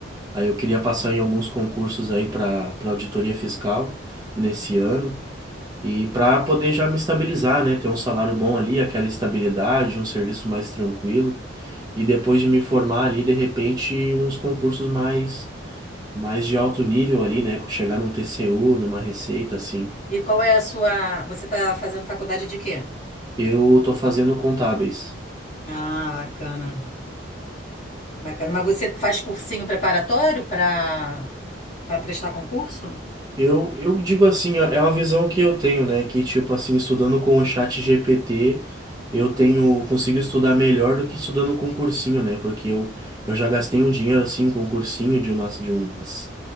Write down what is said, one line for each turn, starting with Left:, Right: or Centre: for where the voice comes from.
Right: Aí eu queria passar em alguns concursos aí para para auditoria fiscal nesse ano. E para poder já me estabilizar, né? Ter um salário bom ali, aquela estabilidade, um serviço mais tranquilo. E depois de me formar ali, de repente, uns concursos mais, mais de alto nível ali, né? Chegar num TCU, numa receita, assim.
Left: E qual é a sua. Você está fazendo faculdade de quê?
Right: Eu tô fazendo contábeis.
Left: Ah, bacana. Bacana. Mas você faz cursinho preparatório para para prestar concurso?
Right: Eu, eu digo assim, é é uma visão que eu tenho, né? Que, tipo assim, estudando com o chat GPT, eu tenho, consigo estudar melhor do que estudando com um cursinho, né? Porque eu, eu já gastei um dinheiro, assim, com um cursinho de umas, de umas,